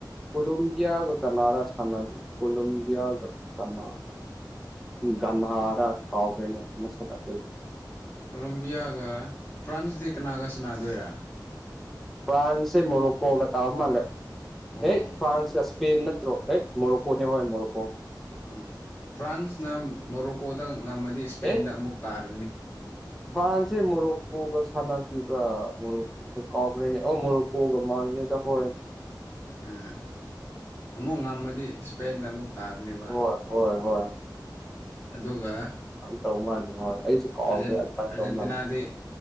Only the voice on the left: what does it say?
ꯀꯣꯂꯣꯝꯕꯤꯌꯥꯒ ꯐ꯭ꯔꯥꯟꯁꯇꯤ ꯀꯅꯥꯒ ꯁꯥꯟꯅꯗꯣꯏꯔꯥ
ꯑꯣ
ꯎꯝ ꯐ꯭ꯔꯥꯟꯁꯅ ꯃꯣꯔꯣꯀꯣꯗ ꯉꯝꯃꯗꯤ ꯁ꯭ꯄꯦꯟꯗ
ꯑꯃꯨꯛ ꯇꯥꯔꯅꯤ
ꯎꯝ ꯑꯃꯨꯛ ꯉꯝꯃꯗꯤ ꯏꯁ ꯄꯦꯟꯗ ꯑꯃꯨꯛ ꯇꯥꯔꯅꯦꯕ
ꯑꯗꯨꯒ
ꯑꯔꯖꯦꯟ
ꯑꯥꯔꯖꯦꯟꯇꯤꯅꯥꯗꯤ